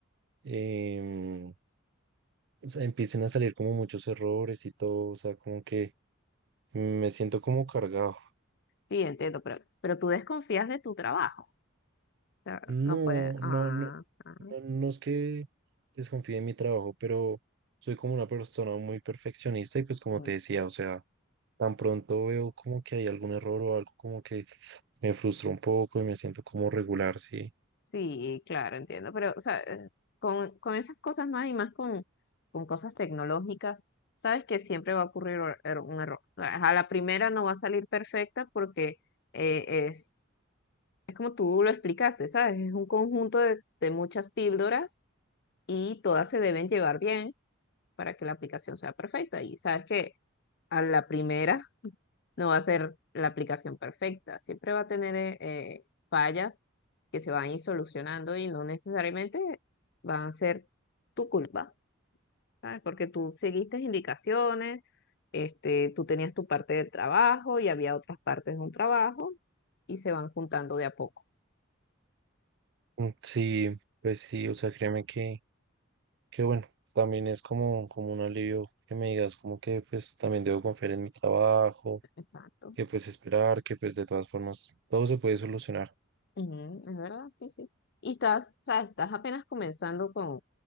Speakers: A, on the right; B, on the left.
A: em, o sea, empiecen a salir como muchos errores y todo, o sea, como que me siento como cargado.
B: Sí, entiendo, pero, pero tú desconfías de tu trabajo. O sea,
A: No,
B: no puedes. Ah,
A: no, no,
B: ah,
A: no, no es que desconfíe en mi trabajo, pero soy como una persona muy perfeccionista y pues como
B: mm,
A: te decía, o sea, Tan pronto veo como que hay algún error o algo como que me frustro un poco y me siento como regular, sí.
B: sí, claro, entiendo. Pero, o sea, eh, con, con esas cosas más y más con, con cosas tecnológicas, sabes que siempre va a ocurrir or- er- un error. A la primera no va a salir perfecta porque eh, es Es como tú lo explicaste, ¿sabes? Es un conjunto de, de muchas píldoras y todas se deben llevar bien para que la aplicación sea perfecta. Y sabes que a la primera no va a ser la aplicación perfecta, siempre va a tener eh, eh, fallas que se van a ir solucionando y no necesariamente van a ser tu culpa, ¿sabes? Porque tú seguiste indicaciones, este, tú tenías tu parte del trabajo y había otras partes de un trabajo y se van juntando de a poco.
A: Mm, Sí, pues sí, o sea, créeme que, que bueno, también es como, como un alivio que me digas como que pues también debo confiar en mi trabajo,
B: Exacto.
A: que pues esperar, que pues de todas formas todo se puede solucionar.
B: Ujú, es verdad, sí, sí. Y estás, sabes estás apenas comenzando con,